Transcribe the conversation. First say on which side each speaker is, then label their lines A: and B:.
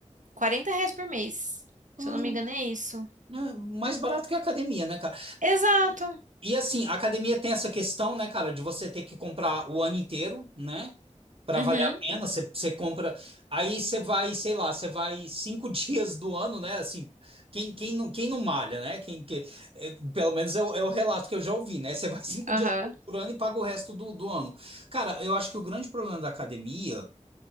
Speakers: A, on the right (about 85°); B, on the right (about 50°).
A: 40 reais por mês.
B: Hum,
A: Se eu não me engano, é isso.
B: é mais barato que a academia, né, cara?
A: Exato.
B: E assim, a academia tem essa questão, né, cara, de você ter que comprar o ano inteiro, né? Pra
A: Uhum.
B: valer a pena, você você compra. Aí você vai, sei lá, você vai cinco <laughs> dias do ano, né? Assim, quem, quem, não, quem não malha, né? Quem, que, é, pelo menos é o, é o relato que eu já ouvi, né? Você vai <laughs> cinco
A: Aham.
B: dias por ano e paga o resto do, do ano. Cara, eu acho que o grande problema da academia.